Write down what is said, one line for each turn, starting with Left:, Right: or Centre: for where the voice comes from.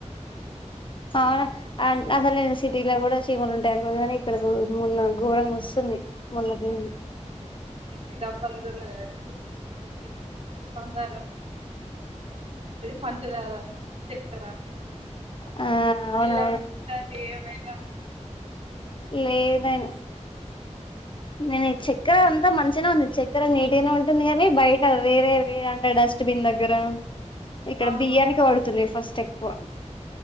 Left: ఆ అసలు నను సిటీలో కూడా చీమలు ఉంటారు కాని ఇక్కడ మున్న ఘోరంగా వస్తుంది మున్నటి నుండి
Right: సిటీలు అబ్బాలు రల అేమ చమలున్నా బంగారం పంచదార చక్కర
Left: ఆ
Right: పలమలావైగా
Left: అవునవును లేదని నేను ఈ
Right: ఉమ్,
Left: చక్క్ర అంతా మనుష ఉంది చక్కెర నీటైనా ఉంటుంది కాగాని బయట వేరేే అంట డస్ట్బిన్ దగ్గర ఇక్కడ
Right: ఆహా
Left: బియ్యానికి పడుతుంది ఫస్ట్ ఎక్కువ